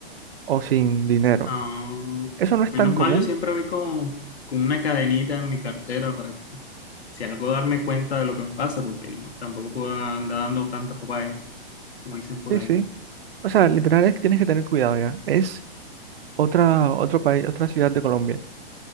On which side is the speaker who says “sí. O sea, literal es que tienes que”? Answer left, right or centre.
Right